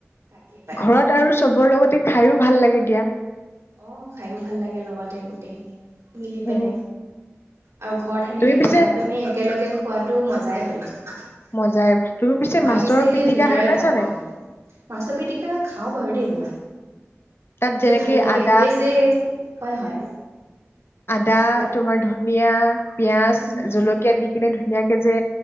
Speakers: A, on the right; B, on the left.
A: তাকেই পাই
B: ঘৰত আৰু চবৰ লগতে খাইয়ো।। ভাল লাগে দিয়া।
A: অ খাইয়ো ভাল লাগে লগতে গোটেইখিনি।। মিলি পেনে।।
B: উম,
A: আৰু ঘৰত সেনেকৈ
B: তুমি পিছে
A: বনাই পেলাই আমি একেলগে খোৱাত।। সেইতোৰ মজাই বেলেগ।
B: মজাই তুমি
A: মই
B: মাছৰ
A: পিছে সেই
B: পিটিকা
A: ভিতৰে
B: খাই পাইছা
A: ভাল পাওঁ।
B: নাই
A: মাছৰ পিতিকা খাওঁ বাৰু দেই মই।।
B: তাত
A: এনেকে
B: যেনেকে
A: ভাল লাগে
B: আদ।
A: এই যে।। হয় হয়।
B: আদা
A: কোৱা
B: তোমাৰ ধৰা। পিয়া।। পিয়াজ
A: উম হুম।
B: জলকীয়া দি কেনে।। ধুনীয়াকে যে